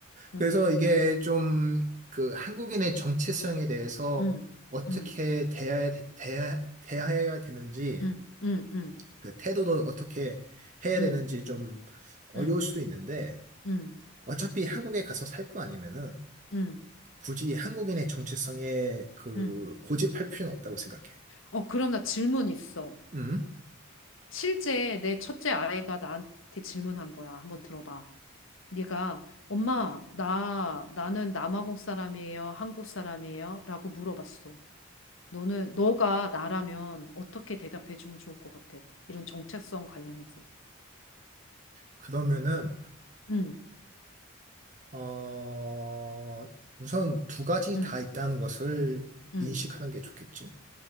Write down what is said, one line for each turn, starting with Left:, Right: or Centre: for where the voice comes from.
Left: 응,
Right: 그래서 이게 좀 그 한국인의 정체성에 대해서
Left: 응,
Right: 어떻게
Left: 응,
Right: 대해야, 대해, 대해야 되는지
Left: 응, 응, 응,
Right: 그 태도도 어떻게 해야
Left: 응,
Right: 되는지 좀 어려울
Left: 응,
Right: 수도 있는데
Left: 응, 응.
Right: 어차피 한국에 가서 살 거 아니면은
Left: 응.
Right: 굳이 한국인의 정체성에 그
Left: 응.
Right: 고집할 필요는 없다고 생각해.
Left: 어, 그럼 나 질문 있어.
Right: 음?
Left: 실제 내 첫째 아이가 나한테 질문한 거야. 한번 들어봐. 네가 엄마, 나, 나는 남아공 사람이에요? 한국 사람이에요? 라고 물어봤어. 너는 너가 나라면 어떻게 대답해 주면 좋을 것 같아? 이런 정체성 관련해서.
Right: 그러면은
Left: 음,
Right: 어 우선 두 가지
Left: 음,
Right: 다 있다는 것을
Left: 음.
Right: 인식하는 게 좋겠지.